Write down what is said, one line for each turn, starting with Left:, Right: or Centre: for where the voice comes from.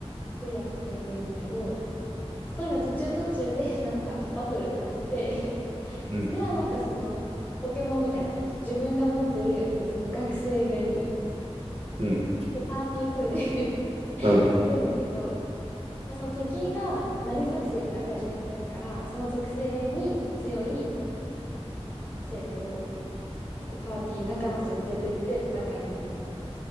Left: クリアしていくんだけど、ストーリーの途中途中で、なんか、バトルがあって
Right: うん、
Left: それはなんかその、ポケモンみたいな感じ。自分が持ってる、その学生がいるんのよ。こう
Right: うん、
Left: で、パーティー組んで <laughs>
Right: うん。
Left: 行くんだけど、まあ、その敵が何属性かが最初にわかるから、その属性に強い生徒をこうパーティー仲間として連れてって戦いに行くの。